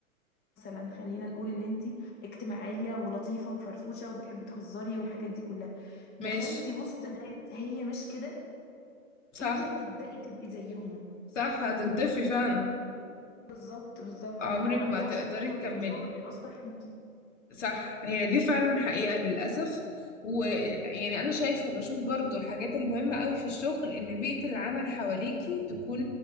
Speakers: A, on the left; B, on the left.
A: مثلا خلينا نقول ان انتي اجتماعية ولطيفة وفرفوشة وبتحبي تهزري والحاجات دي كلها دخلتي
B: ماشي
A: وسط ناس هي مش كده
B: صح
A: انتي هتبدأي تبقي زيهم
B: صح هتنطفي فعلا
A: بالظبط بالظبط
B: عمرك
A: ما هو
B: ما
A: ده عشان
B: تقدري
A: كده
B: تكملي
A: مجال الشغل بيأثر فيكي
B: صح هي دي فعلا حقيقة للأسف ويعني أنا شايفة بشوف برضو الحاجات المهمة قوي في الشغل إن بيئة العمل حواليكي تكون